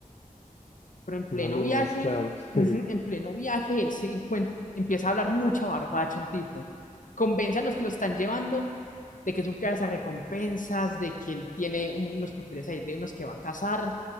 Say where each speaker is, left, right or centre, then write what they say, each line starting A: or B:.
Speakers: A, on the left (about 65°); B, on the left (about 50°).
A: pero en pleno
B: Una mina
A: viaje,
B: de esclavos.
A: ujú,
B: <laughs>
A: en pleno viaje, él se encuent- empieza a hablar mucha barbacha el tipo. Convence a los que lo están llevando de que es un recompensas, de que él tiene unos papeles ahí de unos que va a casar